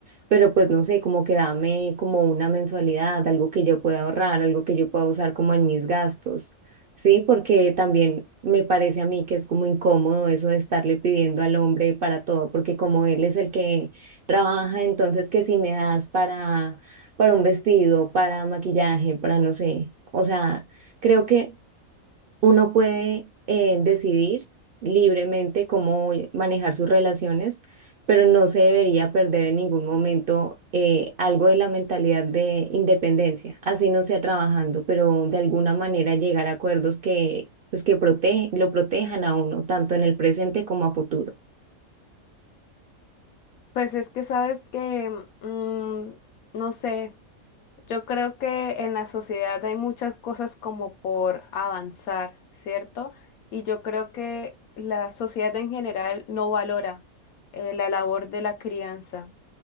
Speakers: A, on the right; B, on the left.
A: pero pues no sé, como que dame como una mensualidad, algo que yo pueda ahorrar, algo que yo pueda usar como en mis gastos, ¿sí? Porque también me parece a mí que es como incómodo eso de estarle pidiendo al hombre para todo, porque como él es el que trabaja, entonces que si me das para para un vestido, para maquillaje, para no sé. O sea, creo que uno puede eh, decidir libremente cómo manejar sus relaciones, pero no se debería perder en ningún momento eh, algo de la mentalidad de independencia, así no sea trabajando, pero de alguna manera llegar a acuerdos que, pues, que protege, lo protejan a uno, tanto en el presente como a futuro.
B: Pues es que sabes que, mm, no sé. Yo creo que en la sociedad hay muchas cosas como por avanzar, ¿cierto? Y yo creo que la sociedad en general no valora eh, la labor de la crianza.